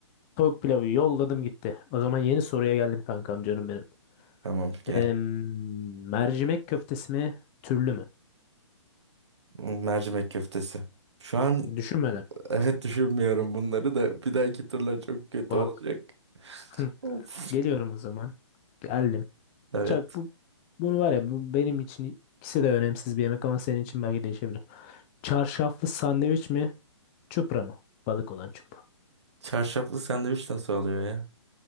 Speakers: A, on the left; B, on the right.
A: tavuk pilavı yolladım gitti. O zaman yeni soruya geldim kankam canım benim.
B: tamam gel
A: Em, mercimek köftesi mi, türlü mü?
B: mercimek köftesi şu an <laughs>
A: Düşünmeden.
B: evet düşünmüyorum bunları da bir dahaki turlar çok kötü
A: Bak.
B: olacak <laughs>
A: <laughs>
B: of
A: Geliyorum o zaman. Geldim.
B: evet
A: Çak bu bunu var ya bu benim için ikisi de önemsiz bir yemek ama senin için belki değişebilir. Çarşaflı sandviç mi, çupra mı? Balık olan çupra.
B: çarşaflı sandviç nasıl oluyor ya